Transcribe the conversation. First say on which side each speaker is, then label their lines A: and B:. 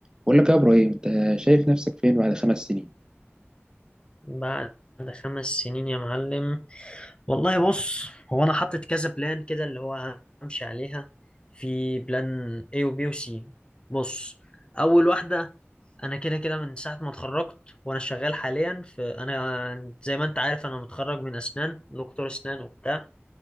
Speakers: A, on the right (about 15°); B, on the left (about 25°).
A: بقول لك يا ابراهيم انت شايف نفسك فين بعد خمس سنين
B: بعد خمس سنين يا معلم والله بص هو انا حاطط كذا بلان كده اللي هو همشي عليها في بلان A و B و C بص اول واحده انا كده كده من ساعه ما اتخرجت وانا شغال حاليا في انا زي ما انت عارف انا متخرج من اسنان دكتور اسنان وبتاع